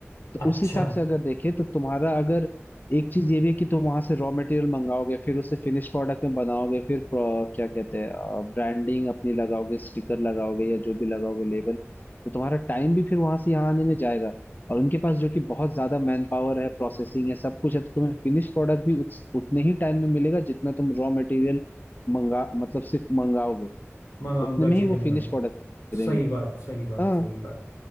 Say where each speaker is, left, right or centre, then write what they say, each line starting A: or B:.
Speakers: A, on the left; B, on the left.
A: तो
B: अच्छा
A: उस हिसाब से अगर देखें तो तुम्हारा अगर एक चीज ये भी है कि तुम वहां से रॉ मटेरियल मंगाओगे फिर उसे फिनिश प्रोडक्ट में बनाओगे फिर pro- क्या कहते हैं ब्रांडिंग अपनी लगाओगे स्टिकर लगाओगे या जो भी लगाओगे लेबल तो तुम्हारा टाइम भी फिर वहां से यहाँ आने में जाएगा और उनके पास जो कि बहुत ज्यादा मैन पावर है प्रोसेसिंग है सब कुछ है तो तुम्हें फिनिश प्रोडक्ट भी उत, उतने ही टाइम में मिलेगा जितना तुम रॉ मटेरियल मंगा मतलब सिर्फ मंगाओगे
B: मंगाऊंगा
A: उतने में
B: जितने
A: ही वो फिनिश
B: में
A: प्रोडक्ट देंगे
B: सही बात सही बात
A: हाँ
B: सही बात